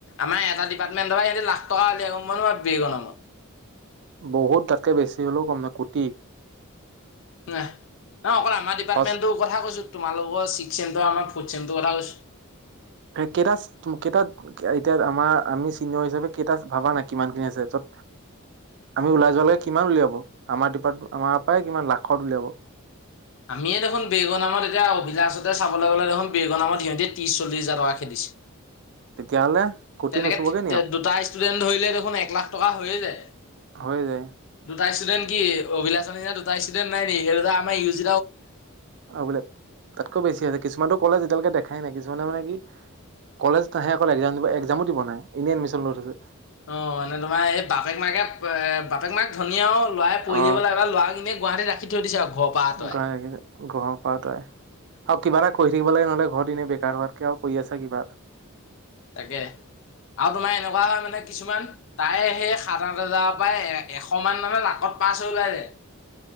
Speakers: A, on the left; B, on the right.
A: আমাৰ এটা ডিপাৰ্টমেণ্টৰ সিহঁতে লাখটকা উলিয়াইম মই নহ বেগৰ নামত।
B: বহুত তাতকে বেছি হ'লেও কম নহয় কোটি।
A: ন ন অকল আমাৰ ডিপাৰ্টমেন্টৰ
B: সচ
A: কথা কৈছো তোমালোকৰ ছেম টো আৰু আমাৰ ফৰ্থ ছেম টো কথা কৈছো।
B: কেইটা কেইটাত এতিয়া আমাৰ আমি চিনিয়ৰ হিচাপে কেইটা ভবা নাই কিমানখিনি আছে য'ত আমি ওলাই যোৱালৈকে কিমান উলিয়াব আমাৰ ডিপাৰ্টে আমাৰ পৰা কিমান লাখত উলিয়াব।
A: আমিয়ে দেখোন বেগু নামত এতিয়া অভিলাষতে চাবলৈ গ'লে দেখোন বেগু নামত সিহঁতি ত্ৰিছ চল্লিছ হাজাৰ টকা খেদিছে।
B: তেতিয়াহ'লে কোটি
A: তেনেকে
B: নুচুবগে নি আৰু
A: দুটা ষ্টুডেন্ট ধৰিলে দেখোন এক লাখ টকা। বা হৈয়ে যায়।
B: হৈ যায়।
A: দুটাষ্টুডেণ্ট কি অভিলা দুটা ষ্টুডেণ্ট নাই নে সেই আমাৰ ইউ জ
B: অ', বোলে তাতকৈ বেছি আছে কিছুমানক কলেজ এতিয়ালৈকে দেখাই নাই কিছুে মানে কি কলেজ নাহে অকল এক্সাম দিব এক্সামো দিব নাই এনেই এডমিশন লৈ থৈছে।
A: অ', মানে তোমাৰ এই বাপেক মাকে এ বাপেক মাক ধনী আৰু লৰাই পৰি
B: অ
A: দিব লাগে বা ল'ৰা এনে গুৱাহাটীত ৰাখি <unintelligible>
B: <unintelligible>
A: আঁতৰাই
B: ঘৰৰ পৰা তই আৰু কিবা এটা কৰি থাকিব লাগে নহ'লে ঘৰত এনে বেকাৰ হোৱাতকে আৰু কৰি আছা কিবা।
A: তাকে আৰু তোমাৰ এনেকুৱা হয় মানে কিছুমান তাই সেই সাত আঠ হাজাৰৰ পৰা এ এশ মান মানে নাকত পাছ হৈ ওলাই যে,